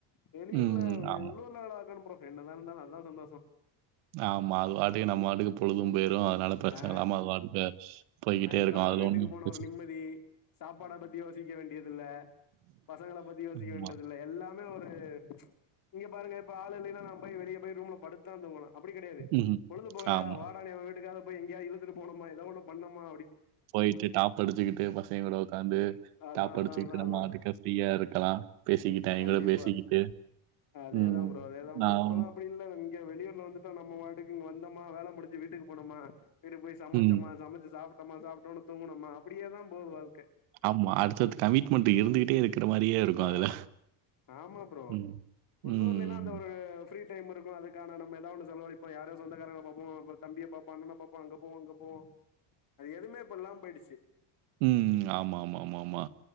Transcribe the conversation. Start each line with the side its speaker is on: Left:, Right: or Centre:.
Left: வெளியூர்ல
Right: ம். ஆமா.
Left: உள்ளூர்லா வேல பாக்குணு ஃப்ரோ என்னதா இருந்தாலு அதுதா சந்தோஷோ
Right: ஆமா அது வாட்டுக்கு நம்ம வாட்டுக்கு பொழுது போயிடு அதனால பிரச்சன
Left: ஆ
Right: இல்லாம அது வாட்டுக்கு போய்கிட்டே
Left: சாய்ந்தரோ
Right: இருக்கு
Left: ஆனா
Right: அதுல
Left: வீட்டுக்கு
Right: ஒண்ணு
Left: போன
Right: பிரச்சன
Left: ஒரு நிம்மதி சாப்பாட பத்தி யோசிக்க வேண்டியதில்ல பசங்கள பத்தி யோசிக்க
Right: ஆமா.
Left: வேண்டியதில்ல எல்லா மே ஒரு இங்க பாருங்க இப்ப ஆள் இல்லைன்னா நா போய் வெளியே போய் ரூம்ல படுத் த்தாந்து போனு அப்டி கெடையாது
Right: ம்.
Left: பொழுது போகலையா
Right: ஆமா.
Left: வாடா ஏவே வீட்டுக்கா போய் எங்கயாவுது இழுத்துட்டு போனுமா எதோ ஒண்ண பண்ணமா
Right: போயிட்டு டாப் அடிச்சுக்கிட்டு பசங்க கூட உக்காந்து
Left: அதா
Right: டாப்
Left: அதா
Right: அடிச்சுட்டு
Left: அதா
Right: நம்ம
Left: அதா
Right: மாட்டுக்கு ஃப்ரீயா இருக்கலா பேசிக்கிட்டாய்ங்
Left: கண்டிப்பா
Right: எ கூட பேசிக்கிட்டு
Left: அதேதா
Right: ம்
Left: ப்ரோ அதேதா ப்ரோ
Right: நா
Left: இப்பெல்லா
Right: ஓன்
Left: அப்டி இல்ல இங்க வெளியூர்ல வந்துட்டு நம்ம வாட்டுக்கு இங்க வந்தோமா வேல முடிஞ்சு வீட்டுக்கு போனமா வீட்டு போய் சமைச்சமா
Right: ம்.
Left: சமைச்சு சாப்ட்டோம்மா சாப்பட்டோன்னே தூங்கனோம்மா அப்டியேதா போது வாழ்க்க
Right: ஆமா அடுத்தடுத்து கமிட்மெண்ட் இருந்துகிட்டே இருக்கிற மாரியே இருக்கும்
Left: ஆ
Right: அதுல.
Left: ஆமா ப்ரோ
Right: ம்.
Left: உள்ளூர்ல
Right: ம்.
Left: எல்லா அந்த ஒரு ஃப்ரீ டைம் இருக்கு அதுக்கான நம்ம எதாவுது ஒன்னு சமாலிப்போ யாரோ சொந்தாரங்க பாப்போ தம்பிய பாப்போ அண்ணண பாப்போ அங்க போவு இங்க போவு அது எதுவுமேப்பெல்லாம போயிடுச்சு
Right: ம் ஆமா ஆமா ஆமா ஆமா